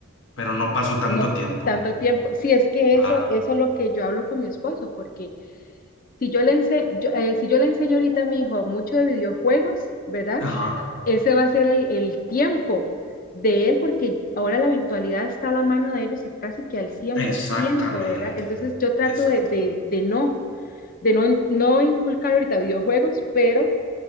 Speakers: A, on the left (about 65°); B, on the left (about 40°).
A: pero no paso
B: No
A: tanto tiempo,
B: tanto tiempo. Sí, es que
A: claro.
B: eso, eso es lo que yo hablo con mi esposo, porque Si yo le ense- yo, eh, si yo le enseño ahorita a mi hijo mucho de videojuegos, ¿verdad?
A: Ajá,
B: Ese va a ser el, el tiempo de él porque ahora la virtualidad está a la mano de ellos a casi que al cien
A: exactamente,
B: por ciento ¿verdad? Entonces yo trato
A: exactamente.
B: de, de- de no, de no, in- no inculcar ahorita videojuegos, pero,